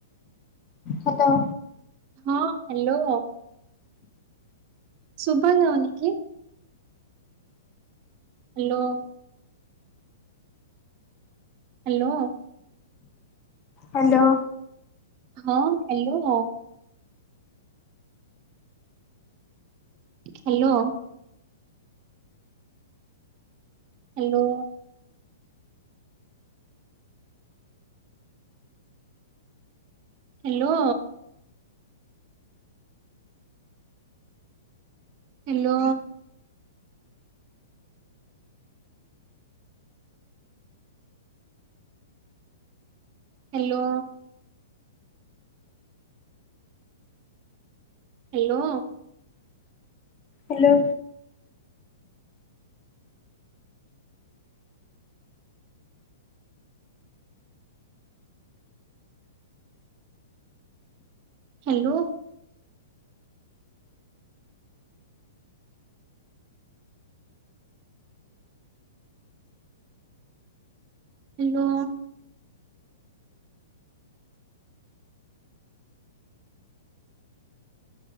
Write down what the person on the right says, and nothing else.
ହଁ ହାଲୋ। ସୁୁଭା ଯାଉନ କି? ହାଲୋ। ହାଲୋ।
ହଁ hello. Hello. Hello. Hello. Hello. Hello. Hello.
Hello. Hello.